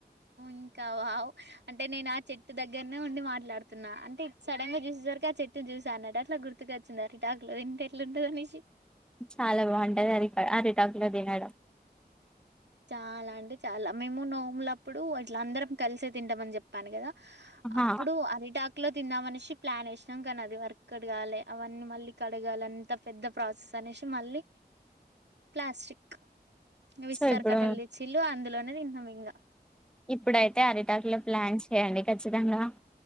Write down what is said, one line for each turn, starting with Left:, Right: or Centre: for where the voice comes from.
Right: ఇంకా వావ్ అంటే నేను ఆ చెట్టు దగ్గరనే ఉండి మాట్లాడుతున్నా అంటే సడన్ గా చూసేసరికి ఆ చెట్టు చూసా అన్నట్టు అట్లా గుర్తు గుర్తుకు వచ్చింది అరిటాకులో తింటే ఎట్లుంటదనేసి
Centre: చాలా బాగుంటది అరి అరిటాకు లో తినడం
Right: చాలా అంటే చాలా మేము నోములప్పుడు అట్లా అందరం కలిసే తింటామని చెప్పాను కదా
Centre: హా
Right: అప్పుడు అరిటాక్ లో తిన్నామనేసి ప్లాన్ వేసినాం కానీ అది వర్క్ ఔట్ కాలే అవన్నీ మళ్ళీ కడగాలి అంత పెద్ద ప్రాసెస్ అనేసి మళ్ళీ ప్లాస్టిక్ విస్తర
Centre: సో ఇప్పుడు
Right: కట్టలు తెచ్చిళ్ళు అందులోనే తిన్నం ఇంగా
Centre: ఇప్పుడైతే అరిటాకులో ప్లాన్ చేయండి ఖచ్చితంగా